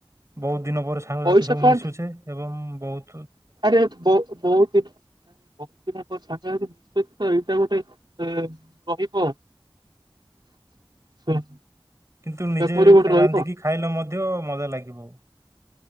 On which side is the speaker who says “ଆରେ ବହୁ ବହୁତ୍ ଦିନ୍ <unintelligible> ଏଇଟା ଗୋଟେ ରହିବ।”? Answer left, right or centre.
Right